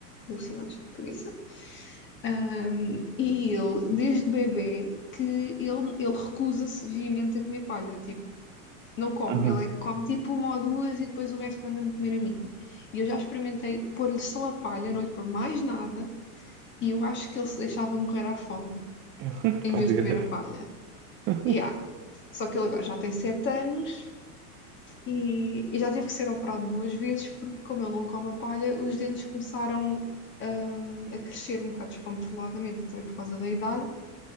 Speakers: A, on the left; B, on the right.
A: alucinados da cabeça, ahm, e ele, desde bebê, que ele, ele recusa-se veemente a comer palha, tipo, não come,
B: aham,
A: ele é- come tipo uma ou duas e depois o resto manda-me comer a mim. E eu já experimentei pôr-lhe só a palha, não lhe pôr mais nada, e eu acho que ele se deixava morrer à fome,
B: <laughs>
A: em
B: faz
A: vez
B: greve.
A: de comer a palha.
B: <laughs>
A: E há. Só que ele agora já tem sete anos E, e já tive que ser operado duas vezes, porque como ele não come a palha, os dentes começaram, hum, a crescer um bocado descontroladamente, também por causa da idade,